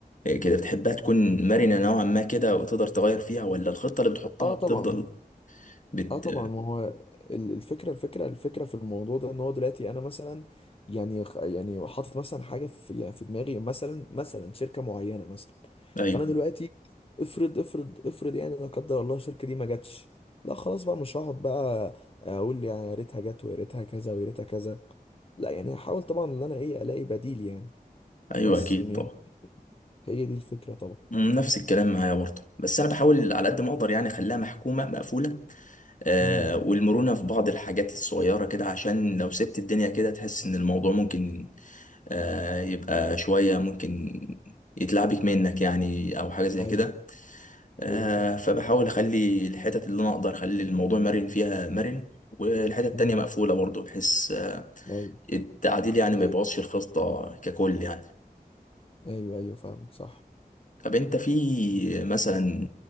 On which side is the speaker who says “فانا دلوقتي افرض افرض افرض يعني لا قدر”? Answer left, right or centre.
Left